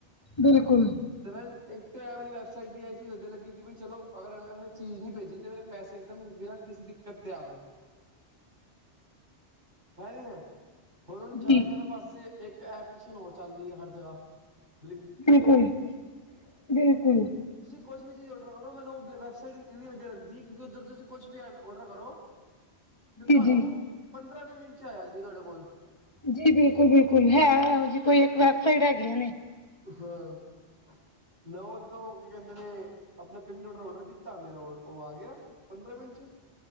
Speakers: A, on the left; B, on the right.
A: ਬਿਲਕੁਲ
B: ਤੇ' ਮੈਂ ਇੱਕ ਵਾਲੀ ਵੈਬਸਾਈਟ, ਅੱਛੀ ਲੱਗੀ ਕਿ, ਚਲੋ ਅਗ ਚੀਜ਼ ਨੀ ਭੇਜੀ ਤੇ ਮੇ ਪੈਸੇ, ਇੱਕਦਮ ਬਿਨਾਂ ਕਿਸੇ ਦਿੱਕਤ ਦੇ ਆ ਗਏ ਹੈ ਨਹੀਂ ਹੈ, ਹੁਣੁ ਜਗ੍ਹਾ-ਜਗ੍ਹਾ
A: ਜੀ
B: ਪਾਸੇ ਇੱਕ ਐਪ ਹੋਰ ਚੱਲਦੀ ਹੈ। ਹਰ ਜਗ੍ਹਾ <inaudible>
A: ਬਿਲਕੁਲ ਬਿਲਕੁਲ
B: ਕੁਛ ਵੀ ਚੀਜ਼ ਔਡਰ ਕਰੋ ਮੈਨੂੰ, ਵੈਬਸਾਈਟ ਇੰਨੀ ਵਧੀਆ ਲੱਗਦੀ ਕਿਉਂਕਿ, ਉੱਧਰ ਸੀ ਕੁਛ ਵੀ ਐ ਔਡਰ ਕਰੋ ਤੇ ਤੁਹਾਨੂੰ,
A: ਜੀ ਜੀ
B: ਪੰਦਰਾਂ -ਵੀਹ ਮਿੰਟ ਚ ਆ ਜਾਂਦੀ ਤੁਹਾਡੇ ਕੋਲ।
A: ਜੀ ਬਿਲਕੁਲ, ਬਿਲਕੁਲ ਹੈ ਇਹੋ ਜਿਹੀ ਕੋਈ ਇੱਕ, ਵੈਬਸਾਈਟ ਹੈਗੀ ਹੈ ਨੇ,
B: ਹਾਂ, ਮੈਂ ਉਹਦੇ ਤੋਂ, ਕੀ ਕਹਿੰਦੇ ਨੇ ਆਪਣਾ ਪਿੰਡਰ ਔਡਰ ਕੀਤਾ, ਮੇਰਾ ਉਹ ਆ ਗਿਆ। ਪੰਦਰਾਂ ਮਿੰਟ ਚ,